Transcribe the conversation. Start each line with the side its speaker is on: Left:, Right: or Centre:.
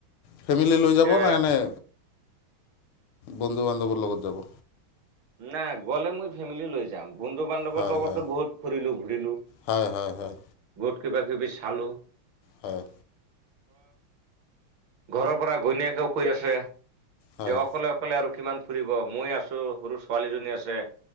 Left: ফেমিলি লৈ যাব
Right: যে
Left: ন এনেই বন্ধু বান্ধৱৰ লগত যাব।
Right: নাই গ'লে মই ফেমিলি লৈ যাম। বন্ধু বান্ধৱৰ
Left: হয়
Right: লগতো
Left: হয়
Right: বহুত ফুৰিলো ঘূৰিলো
Left: হয় হয় হয়
Right: বহুত কিবা কিবি চালো।
Left: হয়।
Right: ঘৰৰ পৰা ঘৈণীয়েকেও কৈ আছে
Left: হয়
Right: যে অকলে - অকলে আৰু কিমান ফুৰিব মই আছো সৰু ছোৱালীজনী আছে